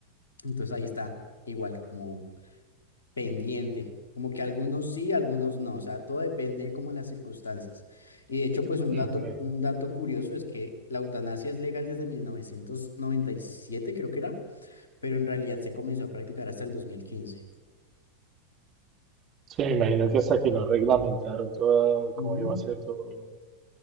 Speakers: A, on the left; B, on the right.
A: Entonces ahí está igual como pendiente, como que algunos sí, algunos no, o sea, todo depende como de las circunstancias. Y de hecho, pues un dato,
B: Ok.
A: un dato curioso es que la eutanasia es legal desde 1997 creo que era, pero en realidad se comenzó a practicar hasta el dos mil quince
B: Sí, me imagino que hasta que no reglamentaron todo,
A: Ujú.
B: cómo iba a ser todo,